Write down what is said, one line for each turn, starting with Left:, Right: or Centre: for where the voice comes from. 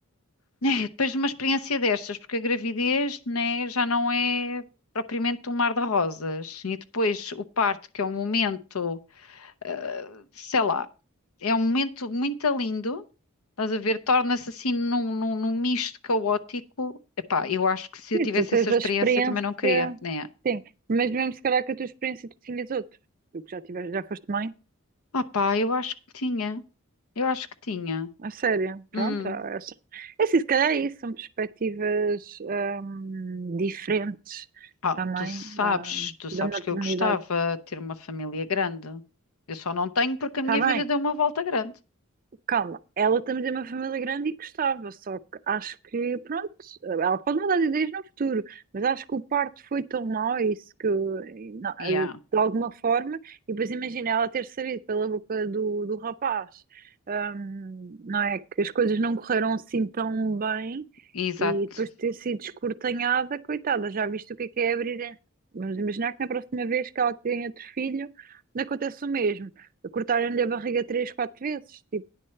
Left: É, depois de uma experiência destas, porque a gravidez, né, já não é propriamente um mar de rosas. E depois o parto, que é um momento. eh, sei lá, é um momento muito lindo, estás a ver? Torna-se assim num, num, num misto caótico. Epá, eu acho que se
Right: Sim,
Left: eu tivesse
Right: tu tens
Left: essa experiência
Right: a experiência,
Left: também não queria, né?
Right: sim, mas mesmo se calhar que a tua experiência tu tinhas outro, tu que já tiveste, já foste mãe,
Left: Ah pá, eu acho que tinha, eu acho que tinha.
Right: a sério, pronto,
Left: Hum.
Right: ah, é assim, é assim, se calhar é isso, são perspectivas ahm, diferentes
Left: Ah,
Right: também
Left: tu sabes,
Right: ahm,
Left: tu sabes
Right: da maternidade.
Left: que eu gostava de ter uma família grande. Eu só não tenho porque
Right: Está
Left: a minha
Right: bem,
Left: vida deu uma volta grande.
Right: Calma, ela também tem uma família grande e gostava, só que acho que, pronto, ela pode mudar de ideias no futuro, mas acho que o parto foi tão mau, é isso que, eh, na-
Left: Yeah,
Right: eh, de alguma forma, e depois imagina ela ter sabido pela boca do, do rapaz, hum, não é? Que as coisas não correram assim tão bem
Left: exato.
Right: e depois de ter sido escortanhada, coitada, já viste o que é que é abrir. Vamos imaginar que na próxima vez que ela tem outro filho, não acontece o mesmo cortarem-lhe a barriga três, quatro vezes. Tipo,